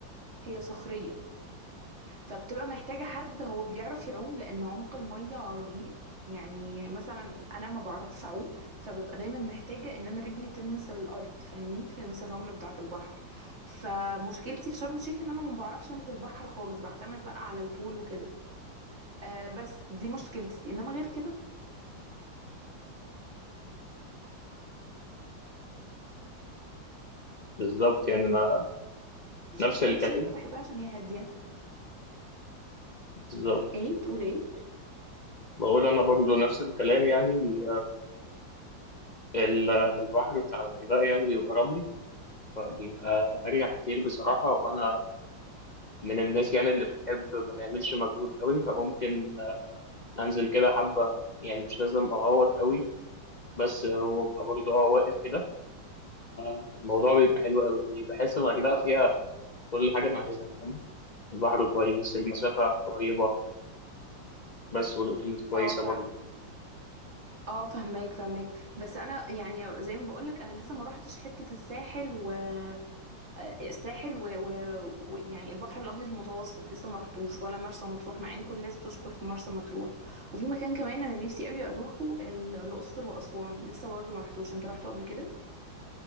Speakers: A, on the right; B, on the left.
A: هي صخرية فبتبقى محتاجة حد هو بيعرف يعوم لأن عمق المية رهيب يعني مثلا أنا ما بعرفش أعوم فببقى دايما محتاجة إن أنا رجلي تلمس الأرض فاهمني تلمس الرملة بتاعة البحر فمشكلتي في شرم الشيخ إن أنا ما بعرفش أنزل البحر خالص بعتمد بقى على البول وكده آه بس دي مشكلتي إنما غير كده
B: بالظبط يعني أنا
A: في شرم
B: نفس الكلام
A: الشيخ أنا بحبها عشان هي هادية
B: بالظبط
A: إيه بتقول إيه؟
B: بقول أنا برضو نفس الكلام يعني ال- البحر بتاع الغردقة يعني بيبقى رملي فبيبقى أريح كتير بصراحة وأنا من الناس يعني اللي بتحب ما تعملش مجهود قوي فممكن أنزل كده حبة يعني مش لازم أغوط قوي بس هو بقى برضه اه واقف كده الموضوع بيبقى حلو قوي يعني بحس الغردقة فيها كل حاجة أنا عايزها فاهمة البحر كويس المسافة قريبة بس والأوتيلات كويسة
A: اه
B: برضه
A: فاهم اه فهماك فهماك بس انا يعني زي ما بقولك انا لسه ما روحتش حتة الساحل و... آه، الساحل ويعني و... و... و- يعني البحر الابيض المتوسط لسه ما رحتوش ولا مرسى مطروح مع ان كل الناس بتشكر في مرسى مطروح وفي مكان كمان انا نفسي قوي اروحه ال- الاقصر واسوان لسه برضه ما رحتوش انت رحته قبل كده